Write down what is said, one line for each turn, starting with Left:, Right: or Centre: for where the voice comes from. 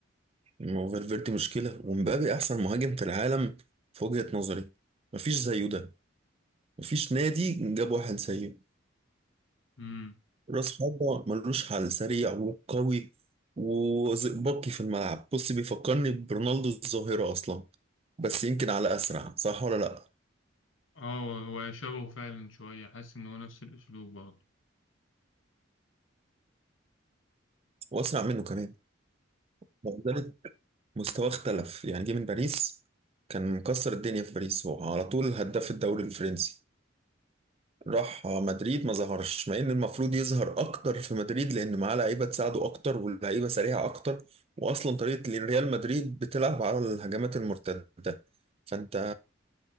Right: ما هو فالفيردي مشكلة ومبابي أحسن مهاجم في العالم في وجهة نظري مفيش زيه ده مفيش نادي جاب واحد زيه
Left: امم
Right: راس حربة ملوش حل سريع وقوي وزئبقي في الملعب بص بيفكرني برونالدو الظاهرة أصلا بس يمكن على أسرع صح ولا لأ
Left: اه هو شبهه فعلا شويه حاسس ان هو نفس الاسلوب برضه
Right: وأسرع منه كمان وذلك مستواه اختلف يعني جه من باريس كان مكسر الدنيا في باريس هو على طول هداف الدوري الفرنسي راح مدريد ما ظهرش مع ان المفروض يظهر اكتر في مدريد لان معاه لعيبه تساعده اكتر واللعيبه سريعه اكتر واصلا طريقه ريال مدريد بتلعب على الهجمات المرتده فانت